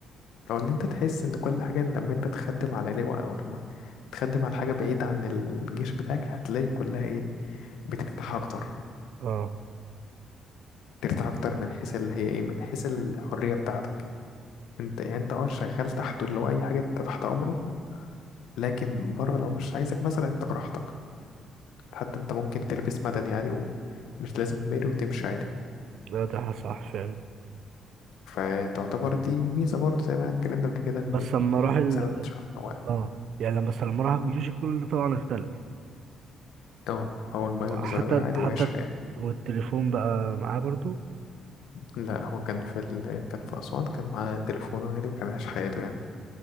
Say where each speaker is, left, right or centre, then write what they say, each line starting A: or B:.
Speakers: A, on the left; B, on the right.
A: أو إن أنت تحس إن كل حاجة لما أنت تخدم على لواء أو لما تخدم على حاجة بعيدة عن الجيش بتاعك هتلاقي كلها إيه بترتاح أكتر
B: اه
A: ترتاح أكتر من حيث اللي هي إيه من حيث الحرية بتاعتك أنت يعني أنت أه شغال تحته اللي هو أي حاجة أنت تحت أمره لكن بره لو مش عايزك مثلا أنت براحتك حتى أنت ممكن تلبس مدني عادي ومش لازم ميري وتمشي عادي
B: لا ده صح فعلا
A: فتعتبر دي ميزة برضه زي ما اتكلمنا قبل كده ان
B: بس لما راح ال
A: مثلا شخص هو
B: اه يعني لما بس لما راح الجيش كل ده طبعا اختلف
A: اه هو الموبايل بزراير
B: حتى
A: عادي
B: حتى
A: وعايش حياته
B: والتليفون بقى معاه برضو
A: لا هو كان في ال... كان في أسوان كان معاه تليفونه عادي وكان عايش حياته يعني